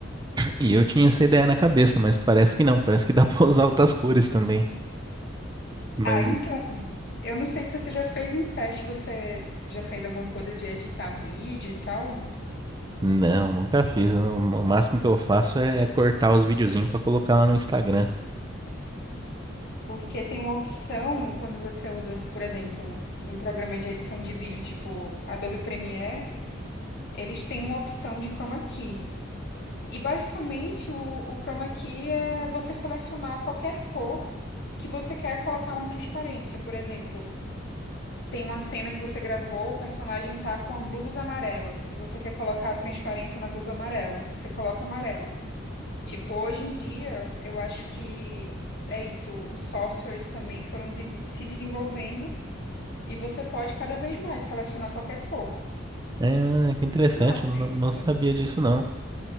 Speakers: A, on the right; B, on the left.
A: E eu tinha essa ideia na cabeça, mas parece que não. Parece que dá <laughs> pra usar outras cores também. mas
B: Ah, então, eu não sei se você já fez um teste, você já fez alguma coisa de editar vídeo e tal?
A: Não, nunca fiz. O o máximo que eu faço é cortar os videozinhos pra colocar lá no Instagram.
B: Porque tem uma opção quando você usa, por exemplo, um programa de edição de vídeo tipo Adobe Premiere, eles têm uma opção de chroma key. E basicamente o, o chroma key é você selecionar qualquer cor que você quer colocar uma transparência. Por exemplo, tem uma cena que você gravou, o personagem tá com uma blusa amarela e você quer colocar a transparência na blusa amarela. Você coloca amarelo. Tipo, hoje em dia, eu acho que é isso. Os softwares também foram desenvol- se desenvolvendo e você pode cada vez mais selecionar qualquer cor.
A: É, que interessante,
B: Massa
A: eu não,
B: isso.
A: não sabia disso não.